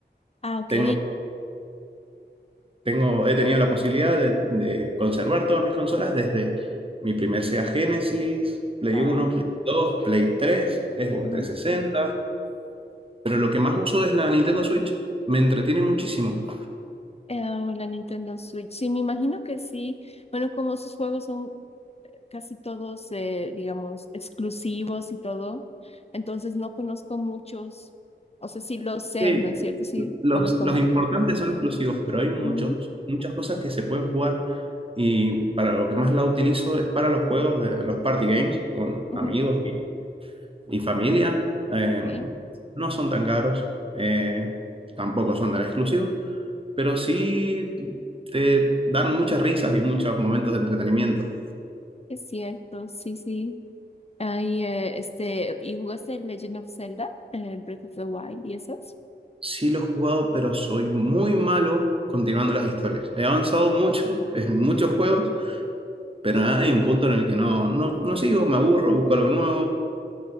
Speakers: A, on the left; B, on the right.
A: Ah, ok.
B: Tengo Tengo, he tenido la posibilidad de, de conservar todas mis consolas desde mi primer Sega Genesis, Play
A: Wow.
B: Uno, Play Dos, Play Tres, Xbox
A: Ujú.
B: 360, pero lo que más uso es la Nintendo Switch. Me entretiene muchísimo.
A: Eh, o la Nintendo Switch. Sí, me imagino que sí. Bueno, como sus juegos son casi todos, eh, digamos, exclusivos y todo, entonces no conozco muchos. O sea, sí lo sé,
B: Sí,
A: ¿no es cierto? Sí,
B: los,
A: conozco
B: los
A: Mario
B: importantes
A: Kart.
B: son exclusivos, pero hay muchos,
A: Ujú,
B: muchas cosas que se pueden jugar y para lo que más la utilizo es para los juegos de los party games con
A: ujú.
B: amigos y, y familia. Eh,
A: Ok,
B: no son tan caros, eh, tampoco son tan exclusivos pero sí te dan muchas risas y muchos momentos de entretenimiento.
A: es cierto, sí, sí. Ahí, eh, este, ¿y jugaste Legend of Zelda, eh, Breath of the Wild y esos?
B: Sí lo he jugado, pero soy muy malo continuando las historias. He avanzado mucho <laughs> en muchos juegos, pero hay un punto en el que no, no, no sigo, me aburro, busco algo nuevo.